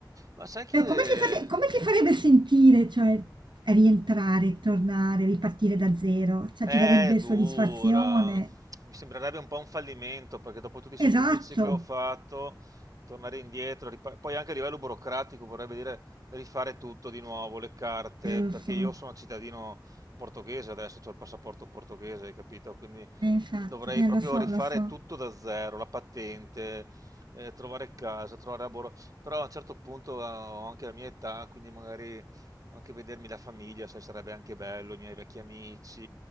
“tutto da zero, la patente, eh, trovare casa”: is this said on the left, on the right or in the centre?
Right